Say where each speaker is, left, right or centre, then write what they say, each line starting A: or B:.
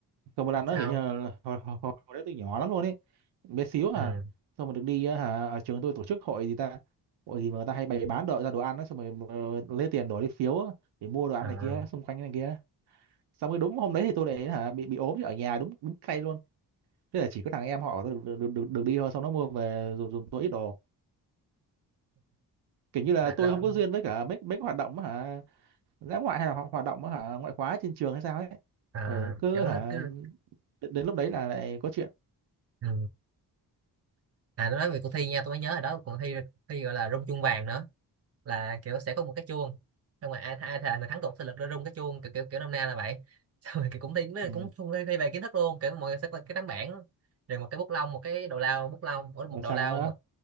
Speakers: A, on the right; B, on the right.
A: còn một lần nữa
B: sao
A: kiểu như là hồi, hồi, hồi, hồi đấy tôi nhỏ lắm luôn ấy bé xíu à
B: ừ
A: xong mà được đi á, hả ở trường tôi tổ chức hội gì ta hội gì mà người ta hay bày bán đồ ra đồ ăn á xong rồi mà lấy tiền đổi đi phiếu á, để mua đồ ăn
B: à,
A: này kia xung quanh này kia xong rồi đúng hôm đấy thì tôi để hả bị bị ốm chứ ở nhà đúng đúng cay luôn thế là chỉ có thằng em họ tôi được được, được, được đi thôi xong nó mua về dùng, dùng tôi ít đồ kiểu như là
B: à,
A: tôi
B: rồi,
A: không có duyên với cả mấy mấy cái hoạt động á hả dã ngoại hay là ho- hoạt động á hả ngoại khóa trên trường hay sao ấy
B: à
A: ở cứ
B: kiểu
A: hả
B: là cứ
A: đến, đến lúc đấy là lại có chuyện
B: ừ. à tôi nói về cuộc thi nha tôi mới nhớ rồi đó cuộc thi thi gọi là rung chuông vàng nữa là kiểu sẽ có một cái chuông xong rồi ai ai thề là thắng cuộc sẽ lực ra rung cái chuông kiểu kiểu kiểu năm nay là vậy <laughs> xong rồi kiểu cũng thi nó
A: ừ.
B: cũng cũng thi, thi về kiến thức luôn kiểu mọi người sẽ có cái tấm bảng rồi một cái bút lông một cái đầu lao bút lông ủa, một
A: rồi
B: đầu
A: sao
B: lao
A: nữa
B: mực